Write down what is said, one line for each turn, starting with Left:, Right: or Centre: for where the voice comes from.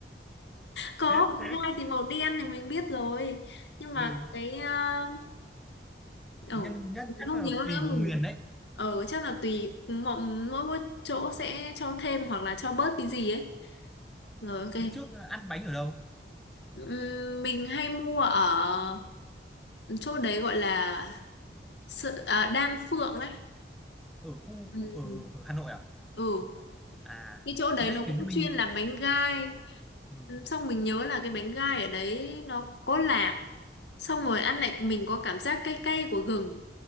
Left: có
Centre: <laughs>
Left: bánh gai thì màu đen thì mình biết rồi nhưng mà
Centre: ừ
Left: cái uh, ở
Centre: nhân nhân
Left: mình
Centre: chắc
Left: không
Centre: là
Left: nhớ
Centre: tùy
Left: nữa
Centre: vùng
Left: mình
Centre: miền đấy
Left: ở chắc là tùy mỗi, mỗi, mỗi chỗ sẽ cho thêm hoặc là cho bớt cái gì ấy rồi ok
Centre: thế trước ờ, ăn bánh ở đâu
Left: Ừm, mình hay mua ở chỗ đấy gọi là sự, à, Đan Phượng đấy
Centre: ở khu
Left: Ừm.
Centre: khu ở ở Hà Nội à
Left: ừ
Centre: à
Left: cái chỗ đấy
Centre: thế đây
Left: nó cũng
Centre: kiểu như mình
Left: chuyên làm bánh gai
Centre: ừ.
Left: Ừm, xong mình nhớ là cái bánh gai ở đấy nó có lạc xong rồi ăn lại mình có cảm giác cay cay của gừng